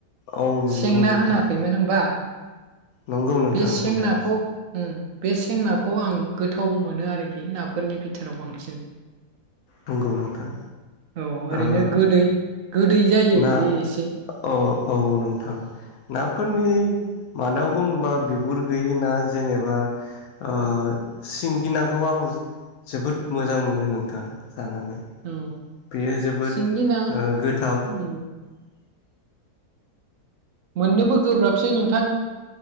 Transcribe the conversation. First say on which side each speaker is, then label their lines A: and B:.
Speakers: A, on the left (about 70°); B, on the right (about 65°).
A: औ नंगौ
B: सें ना
A: नोंथां
B: होनाखैमोन होमबा?
A: नंगौ नोंथां
B: बे सें
A: होनदों
B: नाखौ ओं। बे सें नाखौ आं गोथाव मोनो आरोखि नाफोरनि बिथोराव बांसिन।
A: नंगौ नोंथां
B: औ ओरैनो
A: आ
B: गोदै गोदै जायो
A: ना
B: बियो एसे
A: औ औ नोंथां ना फोरनि मादाव बुङोबा बिगुर गैयि ना जेनेबा ओ सिंगि नाखौ आं जोबोद मोजां मोनो नोंथां। जानानै
B: औ
A: बेयो जोबोद
B: सिंगि ना
A: ओ गोथाव।
B: उम मोननोबो गोब्राबसै नों